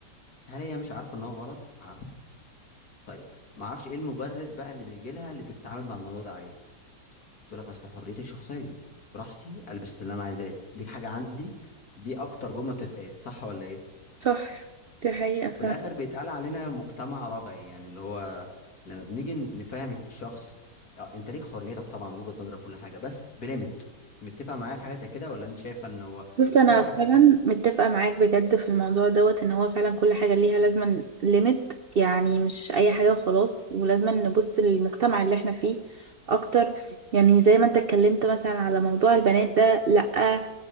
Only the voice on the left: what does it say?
هل هي مش عارفه ان هو غلط عارفه طيب ما اعرفش ايه المبرر بقى اللي بيجي لها اللي بتتعامل مع الموضوع ده عادي تقول لك اصل حريتي الشخصيه براحتي البس اللي انا عايزاه دي حاجه عندي دي اكتر جمله بتتقال صح ولا ايه
بالاخر بيتقال علينا مجتمع رجعي يعني اللي هو لما بنيجي نفهم الشخص آه، انت ليك حريتك طبعا وجهة نظرك كل حاجه بس بليمت متفق معايا في حاجه زي كده ولا انت شايفه ان هو
كل واحد
ليه